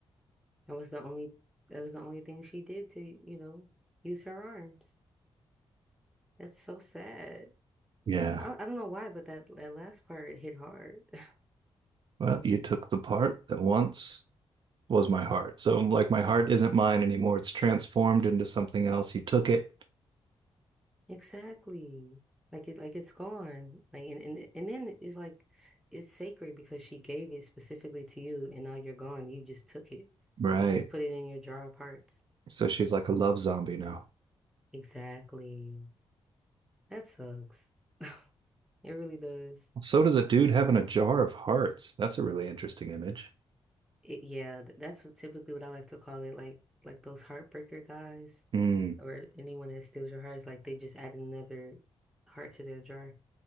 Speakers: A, in the centre; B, on the right.
A: That was the only that was the only thing she did to, you know, use her arms. That's so sad.
B: Yeah.
A: I don't, I don't know why, but that that last part hit hard. <laughs>
B: Well, you took the part that once was my heart. So, like, my heart isn't mine anymore. It's transformed into something else. You took it.
A: Exactly. Like it like it's gone. Like and, and and then it's like it's sacred because she gave it specifically to you and now you're gone. You just took it.
B: Right.
A: Like you just put it in your jar of hearts.
B: So she's like a love zombie now.
A: Exactly. That sucks. <laughs> It really does.
B: So does a dude having a jar of hearts. That's a really interesting image.
A: It, yeah, th- that's what typically what I like to call it, like like those heartbreaker guys
B: Mm,
A: or anyone that steals your heart is like they just add another heart to their jar.